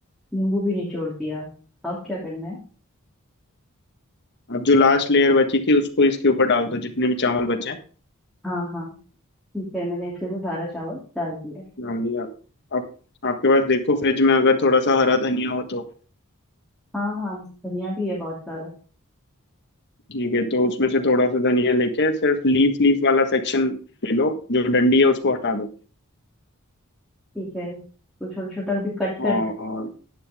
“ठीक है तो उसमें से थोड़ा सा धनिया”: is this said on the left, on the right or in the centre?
Left